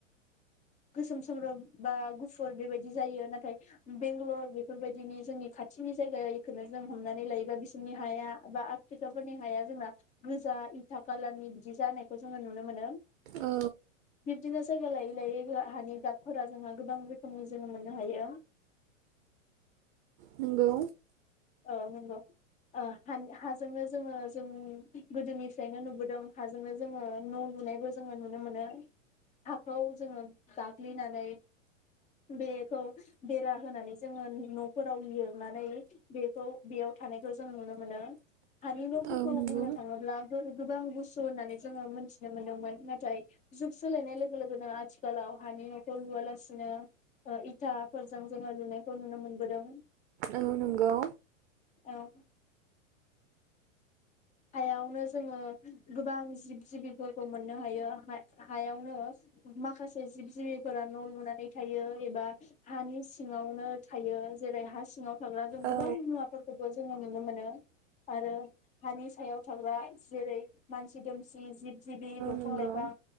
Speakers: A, on the left (about 20°); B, on the right (about 55°).
A: गोसोम सोम सोमब्रोम बा गुफुर बेबायदि जायो नाथाय बेंगालर बेफोरबायदिनि जोंनि खाथिनि जायगा बेखौनो जों हमनानै लायोबा बिसोरनि हाया बा आफ्रिकाफोरनि हाया जोंना गोजा इथा खाालारनि बिदि जानायखौ जोङो नुनो मोनो।
B: औ
A: बिब्दिनो जायगा लायै लायै हानि गाब फोरा जोंहा गोबां रोखोमनि जोङो मोननो हायो।
B: नोंगौ।
A: औ नोंगौ ओ हाजोंनो जोङो जों गोदोनिफ्रायनो नुबोदों हाजोंनो जोङो न' लुनायबो जोङो नुनो मोनो हाखौ जोङो गाग्लिनानै बेखौ बेरा होनानै जोङो न'फोराव लिरनानै बेखौ बेयाव थानायखौ जों नुनो मोनो। हानि न'फोरखौ
B: औ नंगौ
A: बुंनो थाङोब्ला गोबां बुस्तु होननानै जोङो मोनथिनो मोनदोंमोन नाथाय जुग सोलायनाय लोगो लोगोनो आथिखालाव हानि न'खौ लुवालासिनो इथाफोरजों जोङो लुनायखौ नुनो मोनबोदों।
B: औ नंगौ।
A: औ हायावनो जोङो गोबां जिब जिबिफोरखौ मोननो हायो हायावनो माखासे जिब जिबिफोरा न' लुनानै थायो एबा हानि सिङावनो थायो जेरै हा सिङाव जों गोबां
B: औ
A: मुवाफोरखौबो जोङो नुनो मोनो आरो हानि सायाव थाग्रा जेरै मानसि दोमसि जिब जिबि दंफां
B: नंगौ
A: लाइफां